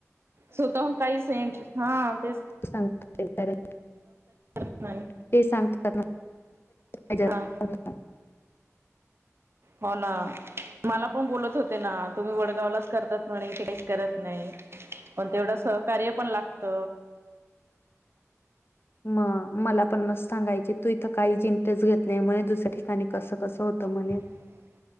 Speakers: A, on the right (about 50°); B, on the left (about 45°).
A: स्वतःहून काही सेंट हा ते
B: सां <unintelligible>
A: करत नाही
B: ते सांगतात <inaudible>
A: हा हो ना. मला पण बोलत होते ना तुम्ही वडगावलाच करतात म्हणे इथे काहीच करत नाही. पण तेवढ सहकार्य पण लागत.
B: मग मला पण असं सांगायचे तू इथं काहीच इंटरेस्ट घेत नाही म्हणे दुसऱ्या ठिकाणी कसं, कसं होतं म्हणे.
A: ह <inaudible>